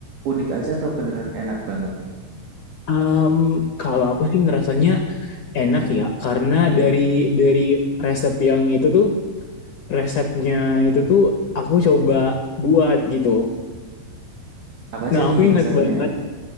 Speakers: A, on the right (about 70°); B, on the left (about 55°).
A: unik aja atau beneran enak banget nih?
B: um, kalau aku sih ngerasanya enak ya karena
A: Hmm,
B: dari dari resep yang itu tuh resepnya itu tuh aku coba buat gitu.
A: Apa aja
B: Nah,
A: nih
B: aku ingat
A: resepnya?
B: banget.